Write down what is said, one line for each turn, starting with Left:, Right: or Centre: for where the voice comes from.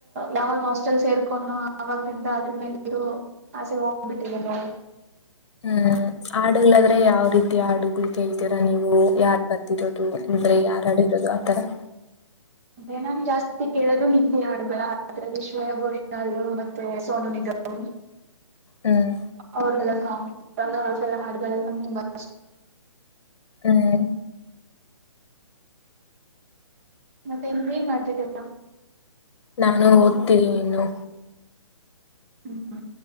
Right: ಯಾವಾಗ ಹಾಸ್ಟೆಲ್ ಸೇರ್ಕನೋ ಆವಗಲಿಂದ ಅದ್ರ್ಮೇಲೆ ಇ. ಹಸೆ ಹೋಗ್ಬಿಟ್ಟ್ರಿದೆ ನೋಡಿ.
Left: ಹ್ಮ್ ಆಡುಲ್ಲ. ಅಂದ್ರೆ ಯಾವ ರೀತಿ ಹಾಡುಗಳು ಕೇಳ್ತೀರಾ ನೀವು ಯಾರ್ ಬರ್ದಿರೋದು ಅಂದ್ರೆ ಯಾರ್ ಆಡಿರೋದು ಆತರ. <inaudible>
Right: ಅಂದೆ ನಾನ್ ಜಾಸ್ತಿ ಕೇಳೋದು ಹಿಂದಿ ಹಾಡುಗಳ ವಿಶ್ವಯ ಬೋ <unintelligible> ಸೋನು ನಿಗಮ
Left: ಹ್ಮ್
Right: ಅವ ಗಲ್ಲ ಕಾಮ. ಸೆಲ್ಲ ಹಾಡುಗಳೆಲ್ಲ ತುಂಬಾ ಕಷ್ಟ.
Left: ಹ್ಮ್
Right: ಮತ್ತೆ ಇಂಗೇನ್ ಮಾಡ್ತಿದ್ದಲ್ಲ.
Left: ನಾನು ಓದ್ತೀನಿ ನೀನ್ನು.
Right: ಹ್ಮ್